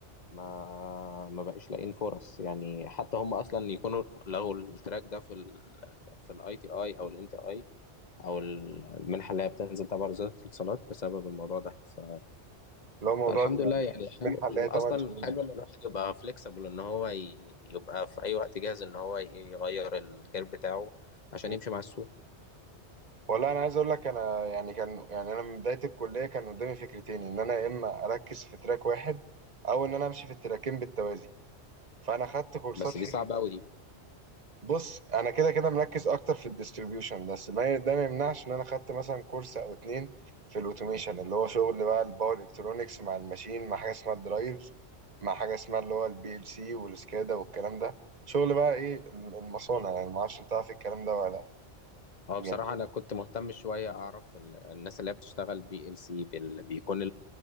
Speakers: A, on the left (about 40°); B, on the right (about 40°).
A: ما ما بقاش لاقيين فرص يعني حتى هم اصلا يكونوا لغوا التراك ده في ال في الاي تي اي او الان تي اي او المنحه اللي هي بتنزل تبع وزاره الاتصالات بسبب الموضوع ده ف
B: اللي هو موضوع
A: فالحمد لله يعني
B: المنحة
A: حلو
B: اللي هي
A: اصلا
B: 8 شهور دي
A: حلو ان الواحد يبقى فليكسبل ان هو ي- يبقى في اي وقت جاهز ان هو ي- يغير الكير بتاعه عشان
B: مم.
A: يمشي مع السوق
B: والله أنا عايز أقول لك أنا يعني كان يعني أنا من بداية الكلية كان قدامي فكرتين إن أنا يا إما أركز في تراك واحد أو إن أنا أمشي في التراكين بالتوازي فأنا خدت كورسات
A: بس
B: في
A: دي صعبه قوي دي
B: بص انا كده كده مركز اكتر في الديستريبيوشن بس ما ده ما يمنعش ان انا خدت مثلا كورس او اتنين في الاوتوميشن اللي هو شغل بقى الباور الكترونكس مع الماشين مع حاجه اسمها الدرايفز مع حاجه اسمها اللي هو البي ال سي والسكادا والكلام ده شغل بقى ايه المصانع يعني ما اعرفش انت عارف الكلام ده ولا لا
A: اه
B: جميل
A: بصراحه انا كنت مهتم شويه اعرف ال- الناس اللي هي بتشتغل بي ال سي بيكون